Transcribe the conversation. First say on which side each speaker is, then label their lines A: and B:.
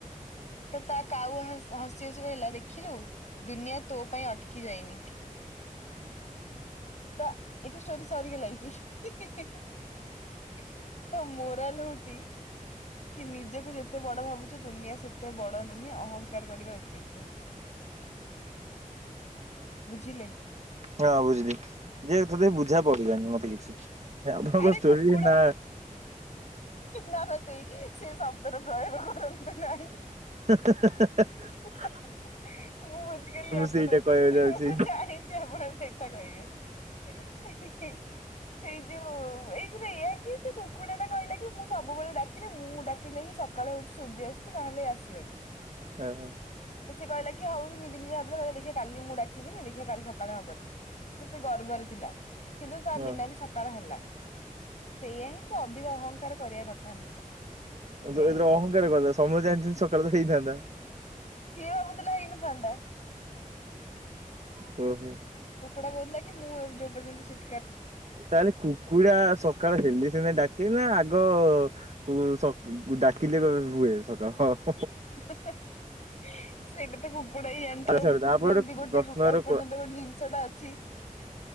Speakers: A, on the left; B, on the right.
A: ତ ତା କାଉ ହାସ ହସି ହସି କହିଲା ଦେଖିଲୁ ଦୁନିଆ ତୋ ପାଇଁ ଅଟକି ଯାଇନି। ତ ଏଠି ଷ୍ଟୋରି ସରିଗଲା ଏଇଠି। ତ ମୋରାଲ ହଉଛି? କି ନିଜକୁ ଯେତେ ବଡ ଭାବୁଛ ଦୁନିଆ ସେତେ ବଡ ନୁହେଁ ଅହଂଙ୍କାର କରିବା ଉଚିତ ନୁହେଁ। ବୁଝିଲେ?
B: ହଁ ବୁଝିଲି ଯେ ଏଥି ବୁଝା ପଡିଲାନି ମତେ କିଛି। ଆପଣଙ୍କ
A: ଆରେ
B: ଷ୍ଟୋରି
A: କୁକୁଡ଼ା
B: ନା
A: ନଲେ ସେଇ ସେ ଶବ୍ଦର ପ୍ରୟୋଗ କରନ୍ତୁ ନାହିଁ।
B: ହେଁ ହେଁ ହେଁ
A: ହେଁ ମୁଁ ବୁଝିଗଲି ଆପଣ
B: ସେଇଟା କହିବାକୁ ଯାଉଛି।
A: ମୁଁ ଜାଣିଛି ଆପଣ ସେଇଟା କହିବେ? ହିଁ ହିଁ ସେ ଯୋଉ ଏଇଥିରେ ଏଆ କି ସେ କୁକୁଡ଼ା ଟା କହିଲା କି ମୁଁ ସବୁବେଳେ ଡାକିଲେ ମୁଁ ଡାକିଲେ ହିଁ ସକାଳେ ହଉଛି। ଆସୁଛି ନହେଲେ ଆସିବେନି।
B: ଓ ହୋ।
A: ତ ସେଏ କହିଲା କି ହଉ ନିେ ନିଜେ ଭାବିଲେ କିଲ ଦେଖିବା କାଲି ମୁଁ ଡାକିବିନି ଦେଖବା କଲି ସକାଳେ ହବନି। ସେ ଗର୍ବରେ ଥିଲା କିନ୍ତୁ ତା
B: ହଁ।
A: ବିନା
B: ହଁ
A: ବି ସକାଳ ହେଲା ସେଇଆା ସେ ଅଧିକ ଅହଂଙ୍କାର କରିବା କଥା ନୁହେଁ। ସେଇଆ
B: ଯାଉଥି
A: ହିଁ
B: ଅହଙ୍କାର
A: କୁହାହଉଛି।
B: କଥା ସମୟ ଜାଣି ଛନ୍ତୀ ସକାଳେ ତ ହେଇଥାନ୍ତା।
A: ସିଏଭାବୁଥିଲା ହୋଇନଥାନ୍ତା।
B: ହୁଁ ହୁଁ।
A: କୁକୁଡା କହୁଥିଲା କି ମୁଁ ଯୋଉ ପର୍ଯ୍ୟନ୍ତ ଶ
B: ତାହେଲେ କୁକୁଡ଼ା ସକାଳ ହେଲେସିନା ଡାକି ନା ଆଗ କୁ ସ ଡାକିଲେ ହୁଏ ସକାଳ ହ।
A: ହୁଁ ହୁଁ। ହିଁ ସେଇଟା ତ କୁପଡା ହି ଜଣିଥିବ
B: ଆଚ୍ଛା ତାପରେ
A: ଯେମିତି ଗୋଟେ
B: ପ୍ରଶ୍ନର
A: ଏପର୍ଯ୍ୟନ୍ତ ଗୋଟେ ଜିନିଷ ଟା ଅଛି।